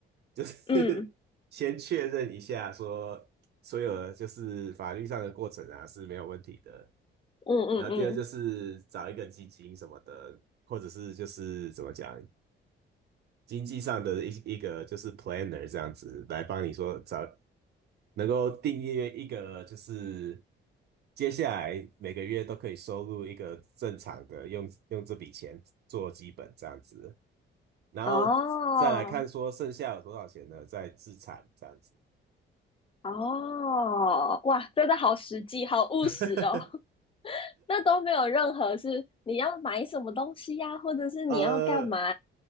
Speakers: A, on the right (about 55°); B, on the left (about 25°).
A: 就是
B: 嗯
A: <laughs> 先确认一下说所有的就是法律上的过程啊是没有问题的。
B: 嗯嗯嗯，
A: 然后第二就是找一个基金什么的，或者是就是怎么讲经济上的一一个就是 planner 这样子来帮你说找能够订阅一个，就是接下来每个月都可以收入一个正常的，用用这笔钱做基本这样子，然后再来看说剩下有多少钱呢，
B: 哦
A: 再自产这样子。
B: 哦，哇，真的好实际，好务实哦。
A: <laughs>
B: <laughs> 那都没有任何是你要买什么东西呀、或者是你要干嘛？
A: 呃，